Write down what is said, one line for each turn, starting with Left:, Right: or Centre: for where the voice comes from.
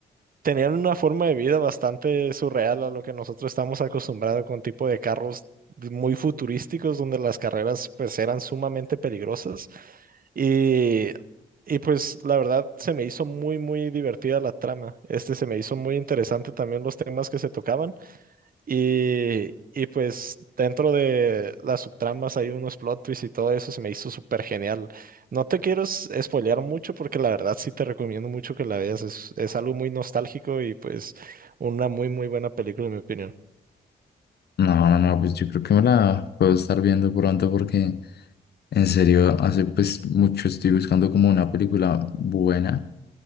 Right: tenían una forma de vida bastante surreal a lo que nosotros estamos acostumbrados con tipo de carros de- muy futurísticos donde las carreras pues eran sumamente peligrosas y, y pues la verdad se me hizo muy muy divertida la trama. Este se me hizo muy interesante también los temas que se tocaban y, y pues dentro de las subtramas hay unos plot twists y todo eso se me hizo súper genial. No te quiero s- spoilear mucho porque la verdad sí te recomiendo mucho que la veas. Es, es algo muy nostálgico y pues una muy muy buena película en mi opinión.
Left: No, no, no, pues yo creo que me la puedo estar viendo pronto porque. En serio, hace pues mucho estoy buscando como una película buena